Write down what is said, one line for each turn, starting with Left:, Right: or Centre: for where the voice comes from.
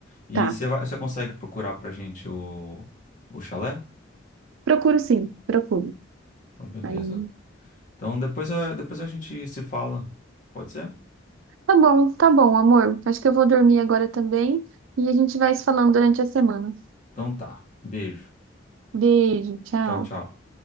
Left: E
Right: Tá.
Left: você vai, você consegue procurar pra gente o, o chalé?
Right: Procuro sim, procuro.
Left: Então, beleza.
Right: Aí.
Left: Então, depois a, depois a gente se fala. Pode ser?
Right: Tá bom, tá bom, amor. Acho que eu vou dormir agora também e a gente vai se falando durante a semana.
Left: Então tá. Beijo.
Right: Beijo, tchau.
Left: Tchau, tchau.